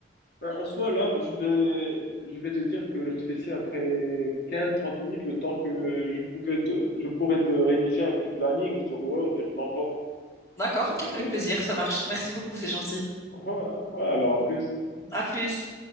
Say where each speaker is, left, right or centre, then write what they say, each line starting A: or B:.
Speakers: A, on the left; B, on the left.
A: Bah, en soi, là, je vais, je vais te dire que je te fais signe après quinze trente minutes, le temps que je pouvais te, je pourrais te rédiger un petit planning sur Word et je te l'envoie.
B: D'accord, ok,
A: OK?
B: avec
A: Ouais,
B: plaisir, ça marche. Merci beaucoup, c'est gentil.
A: ouais, ouais, alors à plus.
B: À plus.